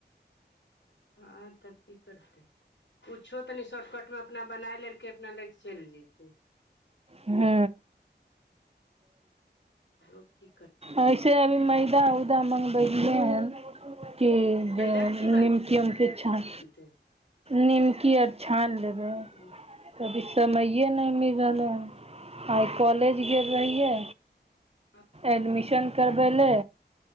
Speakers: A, on the left (about 85°); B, on the right (about 35°).
A: हँ तऽ की करतै कुछो तनी शॉर्टकट मे अपना बनाय लेलकै अपना लै कऽ चलि जेतै
B: हू
A: आरो की करतै
B: एसे से अभी मैदा उदा मँगबेलियै हन कि
A: मैदाके
B: जे
A: की
B: निमकि उमकि छान
A: बनतै
B: निमकी आओर छानि लेबै
A: ओ
B: कभी समये नहि मिलल हन आइ कॉलेज गेल रहियै
A: हँ
B: एडमिशन करबै ले